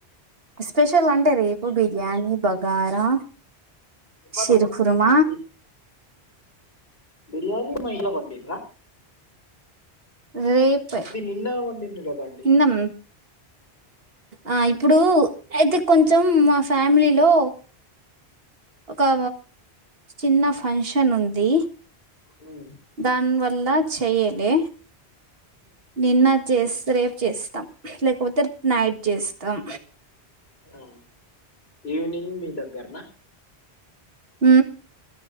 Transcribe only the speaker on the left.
ఇవాళ
వండినా బి- బిర్యానీ మైల వండి ర
నిన్న వండిండ్రు కదండి
ఉమ్.
ఆ ఈవినింగ్ మీ దగ్గరనా